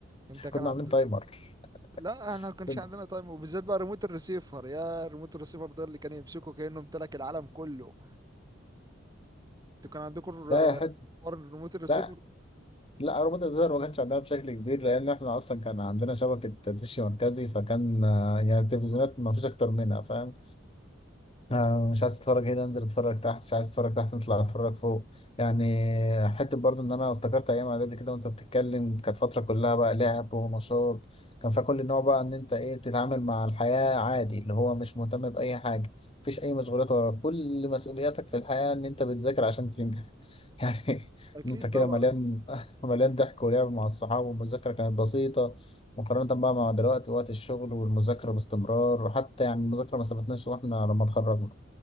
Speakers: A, on the right; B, on the left.
A: انت كان
B: كنا
A: عند...
B: عاملين تايمر <laughs>
A: لا انا ما كانش
B: كنا.
A: عندنا تايم وبالذات بقى ريموت الريسيفر يا ريموت الريسيفر ده اللي كان يمسكه كانه امتلك العالم كله انتوا كان عندكم ال-
B: لا يا حته
A: حوار الريموت الريسيفر
B: لا لا روبوت الزر ما كانش عندنا بشكل كبير لان احنا اصلا كان عندنا شبكه دش مركزي فكان آه، يعني التلفزيونات ما فيش اكتر منها فاهم آه، مش عايز اتفرج هنا انزل اتفرج تحت مش عايز اتفرج تحت نطلع اتفرج فوق يعني حته برضو ان انا افتكرت ايام اعدادي كده وانت بتتكلم كانت فتره كلها بقى لعب ونشاط كان فيها كل النوع بقى ان انت ايه بتتعامل مع الحياه عادي اللي هو مش مهتم باي حاجه مفيش اي مشغولات وراك كل مسؤولياتك في الحياه ان انت بتذاكر عشان تنجح <laughs> يعني
A: اكيد
B: ان انت كده
A: طبعا
B: مليان <laughs> مليان ضحك ولعب مع الصحاب والمذاكره كانت بسيطه مقارنة بقى مع دلوقتي وقت الشغل والمذاكرة باستمرار وحتى يعني المذاكرة ما سبتناش واحنا لما اتخرجنا